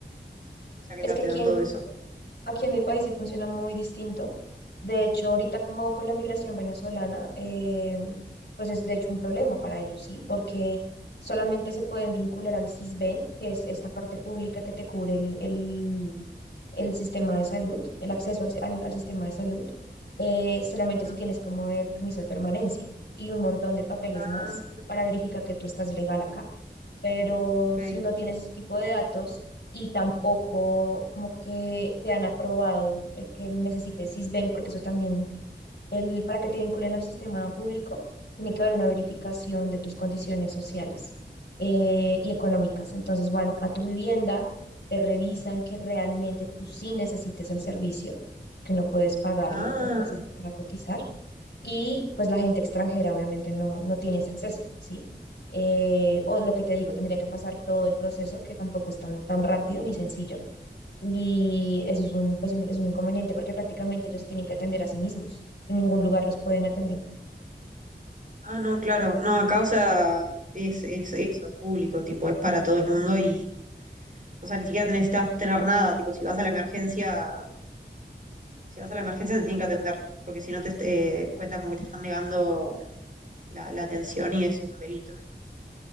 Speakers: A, on the right; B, on the left.
A: o sea que
B: Es
A: ta-
B: que
A: te
B: aquí
A: dan
B: en,
A: todo eso.
B: aquí en mi país sí funciona muy distinto. De hecho, ahorita como con la migración venezolana, eh, pues es de hecho un problema para ellos, ¿sí? Porque solamente se pueden vincular al SISBEN, que es esta parte pública que te cubre el, el sistema de salud, el acceso al, si- al- al sistema de salud, eh, solamente
A: Ah,
B: si tienes como el permiso de permanencia y un montón de papeles
A: ah,
B: más para verificar que tú estás legal acá. Pero
A: ok.
B: si no tienes ese tipo de datos y tampoco como que te han aprobado el que necesites SISBEN, porque eso también el, para que te vinculen al sistema público, tiene que haber una verificación de tus condiciones sociales eh, y económicas. Entonces van a tu vivienda, te revisan que realmente tú sí necesites el servicio, que no puedes pagarlo,
A: Ah.
B: no puedes empezar a cotizar. Y pues la gente extranjera obviamente no, no tiene ese acceso, ¿sí? Eh, o lo que te digo, tendría que pasar todo el proceso, que tampoco es tan, tan rápido ni sencillo y eso es un, pues, un- es un inconveniente porque prácticamente ellos se tienen que atender a sí mismos. En ningún lugar los pueden atender.
A: Ah, no, claro. No, acá, o sea, es, es eso, público, tipo, es para todo el mundo y, o sea, ni siquiera te necesitas tener nada, tipo, si vas a la emergencia, si vas a la emergencia te tienen que atender, porque si no te eh, cuenta como que te están negando la, la atención y es un delito.